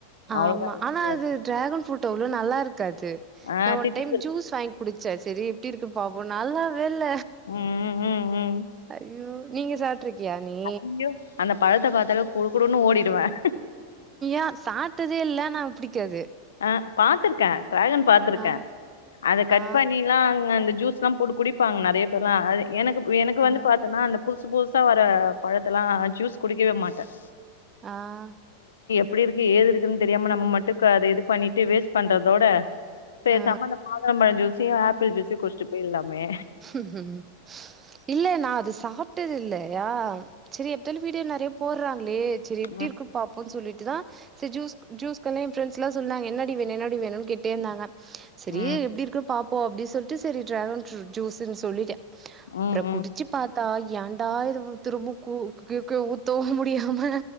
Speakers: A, on the right; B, on the left.
A: ஆமா
B: அவ்வளோதான் வித்தியாசம்.
A: ஆனா அது ட்ராகன் ஃரூட் வ்ள நல்லா இருக்கு <inaudible>
B: ஆ
A: நான் ஒன்
B: தித்திப்பு
A: டைம்
B: இருக்கு.
A: ஜூஸ் வாங்கி குடிச்சேன் சரி ட்ட இருக்கு பாோம் நல்லா ல்ல
B: ம், ம், ம், ம்.
A: அஐயோ நீங்க ச போட் இருக்கியா நீ
B: ஐயோ! அந்த பழத்தை பார்த்தால கொடுக்கடுணும்ன்னனு ஓடிடுவேன்
A: ஏன் சாட்டதே இல்ல நான் பிடிக்காது
B: ஆஹ் பாத்துிருக்கேன் டாகன் பாத்துருக்கேன்
A: ஆ
B: அதை கட்
A: ஆ
B: பண்ணிலாம் அங்க ஜூஸ் எல்லாம் போட்டு குடிப்பாங்க நிறைய பேர்லாம்து எனக்கு எனக்கு
A: ஆ
B: வந்து பாாரத்தேன்னா அந்த புதுசு புதுசா வர பழத்தல்லாம் ஜூஸ் குடிக்கவே மாட்டேன்
A: ஆஹ்
B: அப்படி இருக்கு ஏது இருக்குன்னு தெரியாம நம்ம மட்டும் அது பண்ணிட்டு வேஸ்ட் பண்றதோட பே
A: ஆ
B: சமந்த மாாதம்பழம் ஜூஸ் ச ஆ ப்பள் ஜசி கொஷிடட்டு போய் இல்லாமே
A: உம் உம் இல்ல நான் அது சாப்புட்டது இல்லையா செரி எத்தன வீடியோ நெறைய போடுறாங்களே செரி எப்டி
B: ம்
A: இருக்குன்னு பாப்போன்னு சொல்லி ட்டுதா சரி ஜூஸ் ஜூஸ் <unintelligible> என் ஃப்ரெண்ட்ஸல்லா சொன்னாங்க என்னடி வேணு என்னடி வேணும்ன்னு கேட்டுட்டே இருந்தாங்க செரி
B: ம்
A: எப்படி இருக்கு பா போ அப்டி சொல்ட்டு செரி டிராகன் <unintelligible> ஜூஸுன்னு சொல்லிட்டு
B: ம்
A: அப்றோ
B: ம்
A: குடிச்சு பாத் த்தா ஏண்டா இது திரும்ப கூ கு கு ஊத்தவு முடியாம